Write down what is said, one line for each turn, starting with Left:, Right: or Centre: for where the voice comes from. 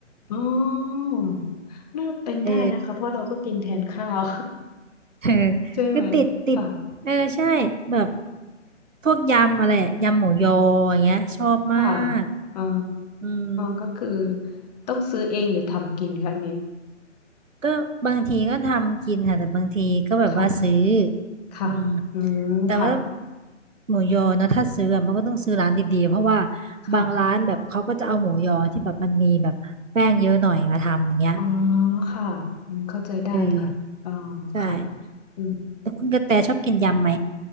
Left: อ๋อน่าเป็นได้นะคะเพราะเราก็กินแทนข้าว
Right: เออ <laughs> เออ
Left: <laughs> ใช่ไหม
Right: คือติดติดเออใช่แบบ
Left: ค่ะ
Right: พวกยำอะไรยำหมูยออย่างเงี้ยชอบมาก
Left: ค่ะอ๋อ
Right: อืม
Left: ก็คือต้องซื้อเองหรือทำกินคะอันเนี้ย
Right: ก็บางทีก็ทำกินค่ะแต่บางทีก็แบบว่าซื้อ
Left: ค่ะค่ะอืมค่ะ
Right: อืมแต่ว่าหมูยอนะถ้าซื้ออะมันก็ต้องซื้อร้านดีๆเพราะว่า
Left: ค่ะ
Right: บางร้านแบบเขาก็จะเอาหมูยอที่แบบมันมีแบบแป้งเยอะหน่อยมาทำอย่างเงี้ย
Left: อ๋อค่ะอืมเข้าใจได้ค่ะอ๋อ
Right: เออใช่
Left: ค่ะอืม
Right: แต่คุณกระแตชอบกินยำไหม